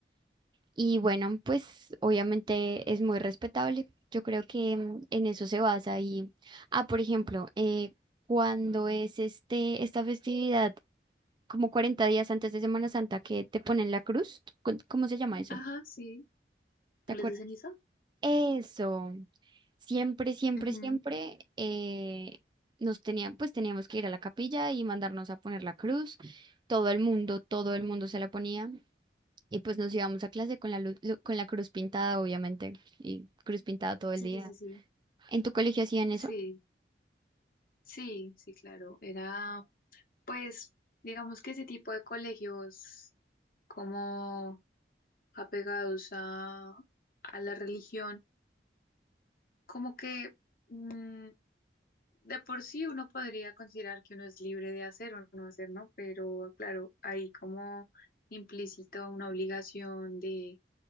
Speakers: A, on the right; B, on the left.
A: Y bueno, pues obviamente es muy respetable. Yo creo que mm, en eso se basa. Y, ah, por ejemplo, eh, cuando es este, esta festividad, como 40 días antes de Semana Santa, que te ponen la cruz, ¿cu- ¿cómo se llama eso?
B: Ajá, sí.
A: ¿Te
B: ¿Les
A: acuerdas?
B: de ceniza?
A: Eso, siempre, siempre,
B: Ujú.
A: siempre eh, nos tenían, pues teníamos que ir a la capilla y mandarnos a poner la cruz. Todo el mundo, todo el mundo se la ponía y pues nos íbamos a clase con la luz- lu- con la cruz pintada, obviamente, y cruz pintada todo
B: Sí,
A: el día.
B: sí, sí.
A: ¿En tu colegio hacían
B: Sí,
A: eso?
B: sí, sí, claro. Era, pues, digamos que ese tipo de colegios como apegados a, a la religión. como que mm, de por sí uno podría considerar que uno es libre de hacer o no hacer, ¿no? Pero claro, hay como implícito una obligación de,